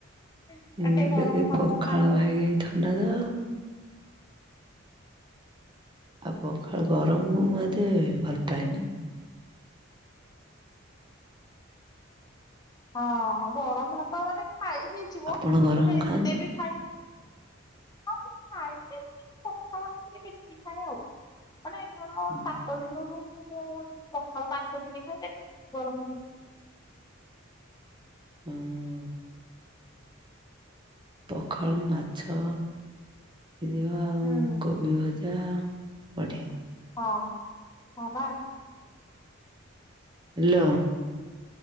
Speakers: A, on the left; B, on the right.
A: ଆ
B: ମୁଁ
A: ଟିକେ ଗରମ
B: ତ ସେଇ
A: ଫରମ
B: ପଖାଳ
A: ଖାଆନ୍ତୁ
B: ଖାଇ ଖାଇ ଥଣ୍ଡା ତ ଆଉ। ଆଉ ପଖାଳ ଗରମକୁ ମୁଁ ଏତେ ଭଲ ପାଏନି।
A: ହଁ ଗରମ ଭାତ ମାନେ ଖାଇ ହେଇଯିବ
B: ଆପଣ ଗରମ
A: ହେଲେ
B: ଖାଆନ୍ତି?
A: ଏତେ ବି ଖାଇ ହ ହଁ ଖାଏ ଯେ ପଖାଳ ଟିକେ ବେଶୀ ଖାଏ ଆଉ। ମାନେ କଣ
B: ହୁଁ
A: ସାତ ଦିନରୁ ମୁଁ ପଖାଳ ପାଞ୍ଚ ଦିନ ଖାଇଲେ ଗରମ
B: ହୁଁ ଉଁ। ପଖାଳ ମାଛ ଥିବ ଆଉ
A: ହୁଁ
B: କୋବି ଭ ଯା ଆ ବଢିଆ।
A: ହଁ ହଁ ବା।
B: ହ୍ୟାଲୋ।